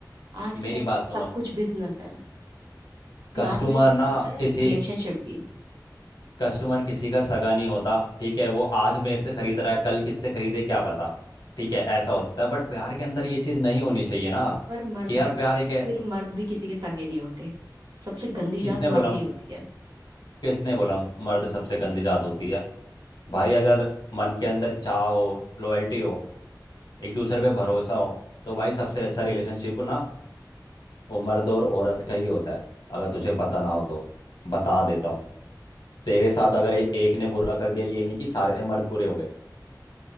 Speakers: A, on the right; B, on the left.
A: आज के
B: मेरी
A: टाइम
B: बात
A: पे
B: सुनो
A: सब कुछ बिजनेस है प्यार
B: कस्टमर
A: भी बिजनेस
B: ना
A: है
B: किसी
A: रिलेशनशिप भी
B: कस्टमर किसी का सगा नहीं होता ठीक है वो आज मेरे से खरीद रहा है कल किससे खरीदे क्या पता ठीक है ऐसा होता है बट प्यार के अंदर ये चीज नहीं होनी चाहिए ना
A: पर मर्द
B: कि यार
A: भी
B: प्यार एक है
A: फिर मर्द भी किसी के सगे नहीं होते सबसे गंदी
B: किसने
A: जात मर्दी
B: बोला
A: होती है
B: किसने बोला मर्द सबसे गंदी जात होती है भाई
A: जैसे
B: अगर मन के अंदर चाह हो लॉयल्टी हो एक दूसरे पे भरोसा हो तो भाई सबसे अच्छा रिलेशनशिप ना वो मर्द और औरत का ही होता है अगर तुझे पता ना हो तो बता देता हूँ तेरे साथ अगर ए, एक ने बुरा कर दिया ये नहीं कि सारे मर्द बुरे हो गए